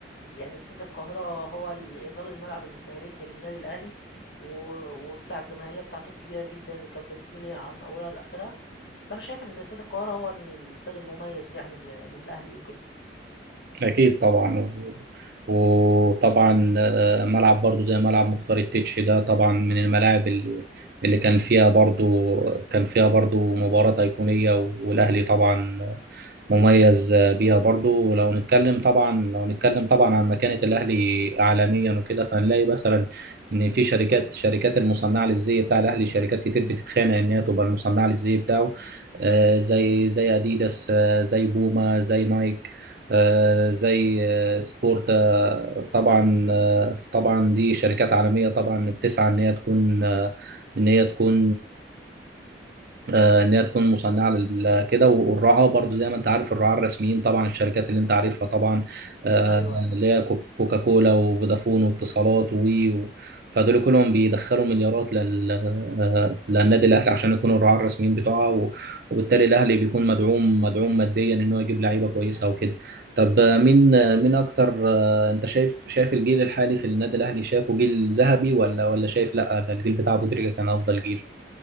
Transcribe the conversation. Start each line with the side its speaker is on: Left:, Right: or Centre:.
Left: يعني استاد القاهره هو اللي يظل الملعب التاريخي للنادي الاهلي و- والساعه الجماهيريه بتاعته الكبيره جدا اللي كانت بتميل عن اولها لاخرها فانا شايف ان استاد القاهره هو الاستاد المميز يعني لل- للاهلي وكده
Right: أكيد طبعا و- وطبعا آه، ملعب برضو زي ملعب مختار التتش ده طبعا من الملاعب اللي اللي كان فيها برضو كان فيها برضو مباراة أيقونية والأهلي طبعا آه، مميز آه، بيها برضو ولو نتكلم طبعا لو نتكلم طبعا عن مكانة الأهلي عالميا وكده فهنلاقي مثلا إن في شركات شركات المصنعة للزي بتاع الأهلي شركات كتير بتتخانق إن هي تبقى المصنعة للزي بتاعه آه، زي زي أديداس آه، زي بوما زي نايك آه، زي آه، سبورتا آه، طبعا آه، طبعا دي شركات عالمية طبعا بتسعى ان هي تكون آه، ان هي تكون آه، ان هي تكون مصنعه لل- كده والرعاه برضو زي ما انت عارف الرعاه الرسميين طبعا الشركات اللي انت عارفها طبعا آه،
Left: ايوه ايوه
Right: اللي هي كوك- كوكاكولا وفودافون واتصالات و و- فدول كلهم بيدخلوا مليارات لل آه، للنادي الاهلي عشان يكونوا الرعاه الرسميين بتوعها و- وبالتالي الاهلي بيكون مدعوم مدعوم ماديا ان هو يجيب لعيبه كويسه وكده طب آه، مين آه، مين اكتر آه، انت شايف شايف الجيل الحالي في النادي الاهلي شايفه جيل ذهبي ولا ولا شايف لا ده الجيل بتاع ابو تريكه كان افضل جيل